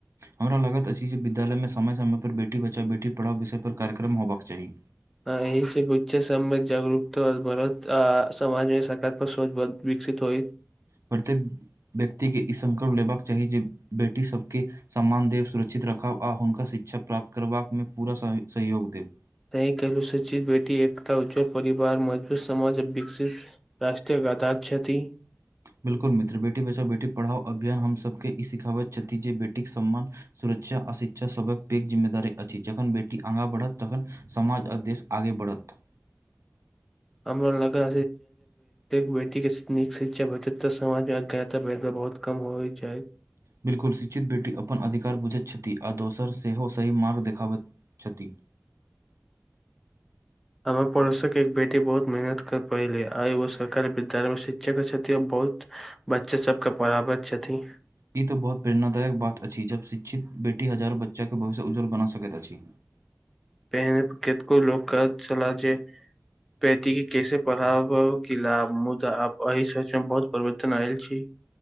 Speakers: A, on the right (about 65°); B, in the centre.
A: हमरा लगत अछि जे विद्यालयमे समय समयपर बेटी बचाओ बेटी पढ़ाओ विषय पर कार्यक्रम होबाक चाही।
B: एहि से बुच्चे सम मे जागरूकता बढत आ समाज मे सकारात्मक सोच विकसित होइ।
A: प्रत्येक व्यक्ति के ई संकल्प लेबाक चाही जे बेटी सबके। सम्मान देब सुरक्षित रखब आ हुनका शिक्षा प्राप्त करबाकमे पूरा सहयोग देब।
B: सहि कहलू शिक्षित बेटी एकटा उज्ज्वल परिवार मजबूत समाज आ विकसित। राष्ट्रक आधार छथि।
A: बिलकुल मित्र बेटी बचाओ बेटी पढ़ाओ अभियान हमसभके ई सिखाबैत छथि जे बेटीक सम्मान। सुरक्षा आ शिक्षा सबक पैघ जिम्मेदारी अछि जखन बेटी आगाँ बढ़त तखन। समाज आ देश आगे बढ़त।
B: हमरो लगा बेटी के नीक शिक्षा भेटत तऽ समाज मे <unintelligible> बहुत। कम होइ जाय
A: बिल्कुल शिक्षित बेटी अपन अधिकार बुझैत छथि आ दोसर सेहो सही मार्ग देखाबैत छथि।
B: हमर पड़ोसक एक बेटी बहुत मेहनत कर पहिले आइ ओ सरकारी विद्यालय मे शिक्षक छथि आ बहुत। बच्चे सबके पढ़ाबैत छथि।
A: ई तऽ बहुत प्रेरणादायक बात अछि जब शिक्षित बेटी हजारो बच्चाक के भविष्य उज्ज्वल बना सकैत अछि।
B: पहने प केतको लोक कहैत छला जेे। बेटी के कैसे पढ़ाव की लाभ मुदा आ एहि सोच मे बहुत परिवर्तन आयल छी।